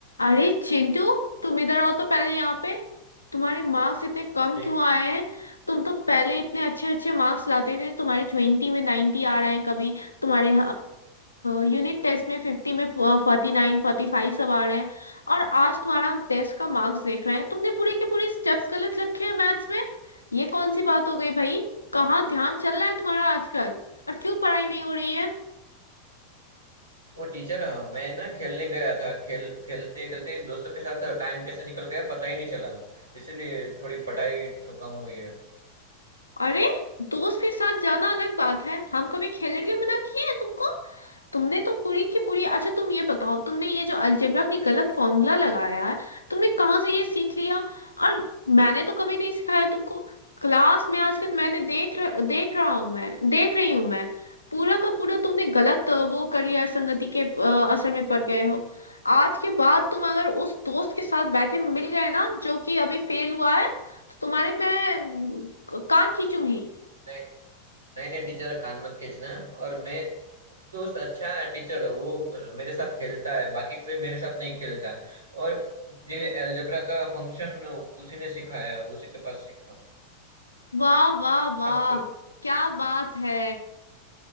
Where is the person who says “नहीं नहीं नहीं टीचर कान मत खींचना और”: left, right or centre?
Right